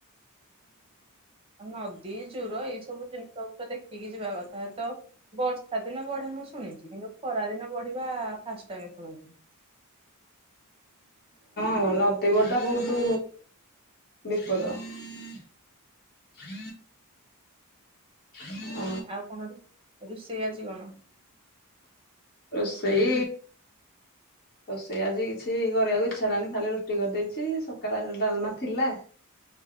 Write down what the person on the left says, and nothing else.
ହଁ ନଦି ବଟା ବହୁତ ବିପଦ। ହୁଁ ହୁଁ
ରୋଷଇ ରୋଷଇ ଆଜି କିଛି କରିବାକୁ ଇଚ୍ଛା ହେଲାନି, ଖାଲି ରୁଟି କରିଦେଇଛି, ସକାଳେ ଡାଲମା ଥିଲା।